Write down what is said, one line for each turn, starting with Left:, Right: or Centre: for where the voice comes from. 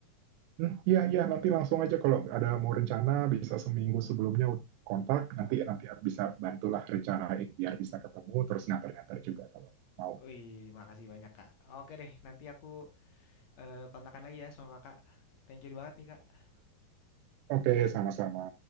Right: Hmm, iya, iya, nanti langsung aja kalau ada mau rencana bisa seminggu sebelumnya kontak, nanti nanti bisa bantulah rencanain biar bisa ketemu, terus nganter-nganter juga kalau mau.
Left: Wih, makasih banyak kak. Oke deh, nanti aku eh, kontakkan lagi ya sama kakak. Thank you banget nih kak.
Right: Oke, sama-sama.